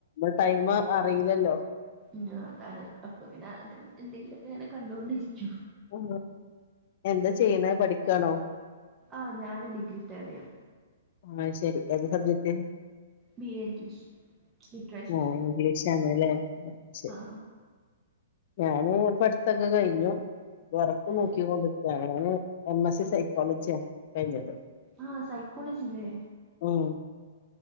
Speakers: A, on the left; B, on the right.
A: ഇ ടൈം അറിയില്ലല്ലോ?
B: ഉ അതാണ് അപ്പൊ അത് എന്തെങ്കിലുമൊക്കെ ഇങ്ങനെ കണ്ടൊണ്ടിരിക്കും.
A: ആ എന്താ ചെയ്യണ് പഠിക്കാണോ?
B: ആഹ ഞാനാന് ഡിഗ്രി തോർഡ് ഇയർ.
A: ആ ശരി ഏത് സബ്ജക്റ്റ്.
B: B A English. ലിറ്ററേച്ചർ
A: ആ ഇംഗ്ലീഷിണേലേ ശരി.
B: ആ
A: ഞാന് പഠിത്തൊക്കെ കഴിഞ്ഞു. വർക്ക്
B: ഏ,
A: നോക്കൊണ്ട് നിക്ക. ഞാന് എം എസ് സ സൈക്കോളജിയ കഴിഞ്ഞത്.
B: ആഹ സൈക്കോളജി അല്ലേ.
A: ഉം